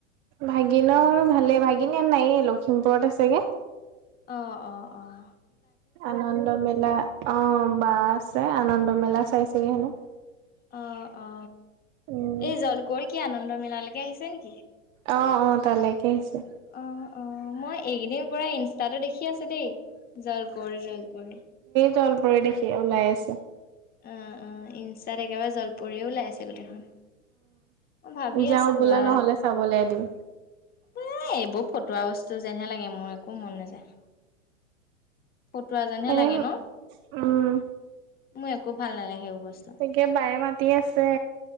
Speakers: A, on the right (about 30°); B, on the left (about 25°).
A: ভাগিনৰ ভালে ভাগিন ইয়াত নাই লখিমপুৰত আছে গে।
B: অঁ অঁ অঁ।
A: আনন্দ মেলা অ বা আছে আনন্দ মেলা চাইছেগে হেনো।
B: অ অ
A: উম,
B: এই জলকোৱৰ কি আনন্দ মিলালৈকে আহিছে নেকি?
A: অহ অ তালৈকে আহিছে।
B: অ', অ মই এইকেইদিন পোৰা ইনষ্টাতো দেখি আছো দেই জলকোৱৰি জলকোৱৰি।
A: জল পৰি দেখি ওলাই আছে
B: অ অ ইনচাত একেবাৰে জলপৰিয়ে ওলাই আছে গোটেইখন অ ভাবি
A: যাওঁ
B: আছো
A: ব'লা
B: বা
A: নহ'লে চাবলৈ এদিন।
B: এ এইবোৰ ফ- তোৱা বস্তু যেনহে লাগে মোৰ একো মন নাযায়। ফতোৱা যেনহে
A: এনে
B: লাগে ন
A: উম,
B: মোৰ একো ভাল নালাগে সেইবোৰ। বস্তু
A: গতিকে বায়ে মাতি আছে